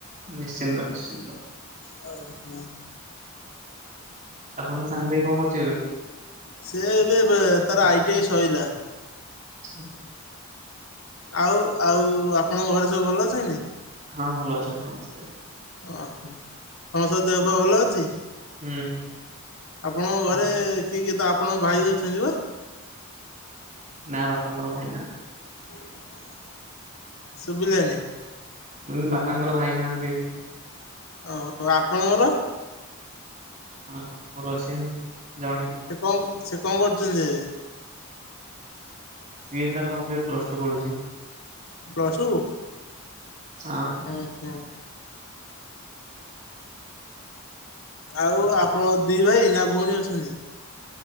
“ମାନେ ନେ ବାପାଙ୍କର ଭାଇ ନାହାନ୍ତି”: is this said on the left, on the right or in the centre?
Right